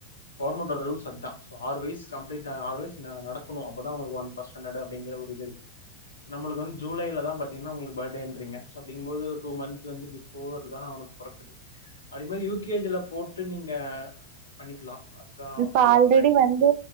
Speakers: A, on the left (about 75°); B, on the right (about 45°).
A: கவர்மெண்ட்டோட ரூல்ஸ் அதான் சோ ஆறு வயசு கம்ப்ளீட் ஆறு வயசு ந நடக்கணு அப்பதா உங்களுக்கு ஒன் ஃபர் ஸ்ட் ஸாண்ட்டடு அப்டிங்கற ஒரு இது இருக்கு நம்மளுக்கு வந்து ஜூலைலதா பாத்தீங்கன்னா உங்களுக்கு பர்த்டேன்றீங்க சோ அப்டிங்கும்போது டூ மந்த் வந்து பிஃபோர்தா அவனுக் பொறக்குது அப்டிங்கும்போது யூ கே ஜ ல போட்டு நீங்க பண்ணிக்கலா. அதா
B: இப்ப
A: சொல்ல
B: ஆல்ரெடி
A: வரே
B: வந்து்